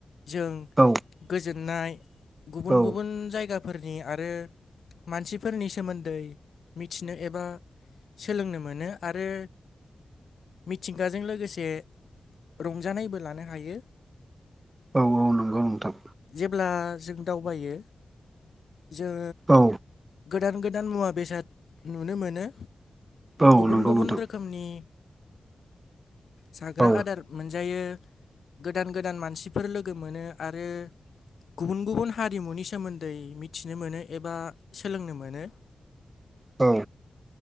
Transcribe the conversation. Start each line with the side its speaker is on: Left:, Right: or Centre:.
Left: जों
Right: औ
Left: गोजोननाय गुबुन
Right: औ
Left: गुबुन जायगा फोरनि आरो मानसिफोरनि सोमोन्दै मिथिनो एबा सोलोंनो मोनो आरो मिथिंगाजों लोगोसे रंजानायबो लानो हायो।
Right: औ औ नंगौ नोंथां
Left: जेब्ला जों दावबायो जों
Right: औ
Left: गोदान गोदान मुवा बेसाद नुनो मोनो
Right: औ
Left: गुबुन
Right: नंगौ
Left: गुबुन
Right: नोंथां
Left: रोखोम रोखोमनि जाग्रा
Right: औ
Left: आदार मोनजायो गोदान गोदान मानसिफोर लोगो मोनो आरो गुबुन गुबुन हारिमुनि सोमोन्दै मिथिनो मोनो एबा सोलोंनो मोनो
Right: औ